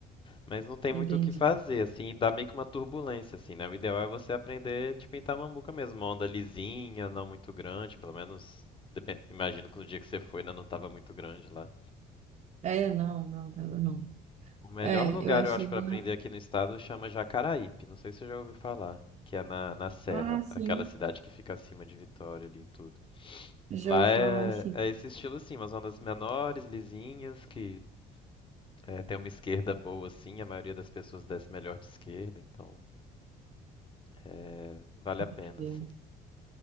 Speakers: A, on the left (about 30°); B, on the right (about 40°).
A: Mas não tem muito
B: entendi.
A: o que fazer, assim, dá meio que uma turbulência, assim, né? O ideal é você aprender, tipo, em Tamambuca mesmo, uma onda lisinha, não muito grande, pelo menos, depen- imagino que no dia que você foi ainda não estava muito grande lá.
B: É, não, não, tava não.
A: O melhor
B: É,
A: lugar,
B: eu achei
A: eu acho, para
B: lá.
A: aprender aqui no estado chama Jacaraípe, não sei se você já ouviu falar, que é na, na Serra,
B: Ah, sim.
A: aquela cidade que fica acima de Vitória ali e tudo.
B: Já
A: Lá
B: ouvi
A: é,
B: falar assim.
A: é esse estilo, assim, umas ondas menores, lisinhas, que é, tem uma esquerda boa, assim, a maioria das pessoas desce melhor de esquerda, então... É, vale a pena,
B: Entendi.
A: sim.